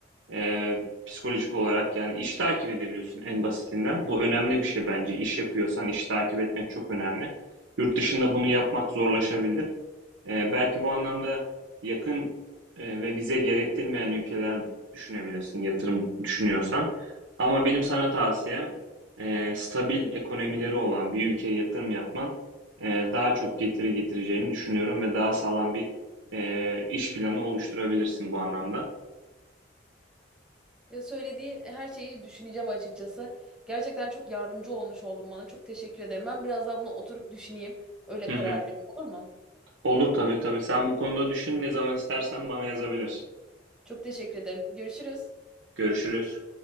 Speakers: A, on the right; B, in the centre.
A: Ee, psikolojik olarak yani iş takip edebiliyorsun en basitinden. Bu önemli bir şey bence. İş yapıyorsan iş takip etmek çok önemli. Yurt dışında bunu yapmak zorlaşabilir. Ee, belki bu anlamda yakın e, ve vize gerektirmeyen ülkeler düşünebilirsin, yatırım düşünüyorsan. Ama benim sana tavsiyem e, stabil ekonomileri olan bir ülkeye yatırım yapman e, daha çok getiri getireceğini düşünüyorum ve daha sağlam bir e, iş planı oluşturabilirsin bu anlamda.
B: Ya söylediğin her şeyi düşüneceğim açıkçası. Gerçekten çok yardımcı olmuş oldun bana. Çok teşekkür ederim. Ben biraz daha bunu oturup düşüneyim. Öyle
A: Hı
B: karar
A: hı.
B: vereyim olur mu?
A: Olur tabii tabii. Sen bu konuda düşün, ne zaman istersen bana yazabilirsin.
B: Çok teşekkür ederim. Görüşürüz.
A: Görüşürüz.